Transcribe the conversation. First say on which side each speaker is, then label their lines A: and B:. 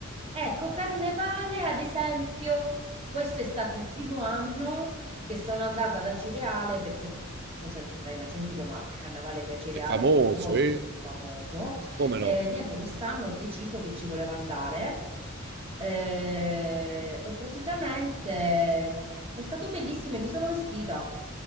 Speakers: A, on the right; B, on the right.
A: Ecco, Carnevale, ad esempio, questo è stato il primo anno che sono andata ad Acireale, perché non so se l'hai mai sentito, ma il Carnevale di Acireale
B: è famoso,
A: è molto
B: eh,
A: famoso.
B: come
A: Eh,
B: no.
A: niente, quest'anno ho deciso che ci voleva andare eh, e praticamente mm, è stato bellissimo e mi sono vestita.